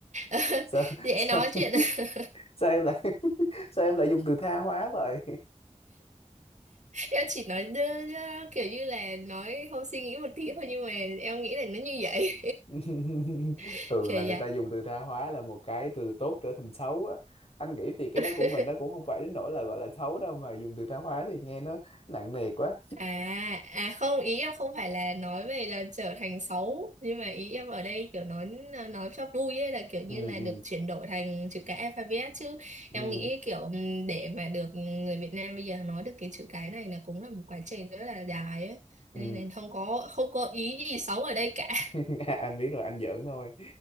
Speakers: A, on the right; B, on the left.
A: <laughs>
B: sao,
A: dễ
B: sao
A: nói chuyện <laughs>
B: sao em lại <laughs> sao em lại dùng từ tha hóa vậy?
A: em chỉ nói đơ, đơ, kiểu như là nói không suy nghĩ một tí thôi nhưng mà em nghĩ là nó như vậy
B: <laughs>
A: <laughs>
B: thường
A: kiểu
B: là người ta dùng từ tha hóa là một cái từ tốt trở thành xấu á anh nghĩ thì cái đó của
A: vậy
B: mình
A: <laughs>
B: nó cũng không phải đến nỗi là gọi là xấu đâu mà dùng từ tha hóa thì nghe nó nặng nề quá
A: À, à không, ý em không phải là nói về là trở thành xấu, nhưng mà ý em ở đây kiểu nói nói cho vui ấy là kiểu như
B: ừ
A: là
B: ừ
A: được chuyển đổi thành chữ cái alphabet chứ.
B: ừ
A: Em nghĩ kiểu ừm, để mà được người Việt Nam bây giờ nói được cái chữ cái này là cũng là một quá trình rất là dài ấy.
B: ừ
A: Nên là không có không có ý gì xấu ở đây cả.
B: <laughs> À, anh biết rồi anh giỡn thôi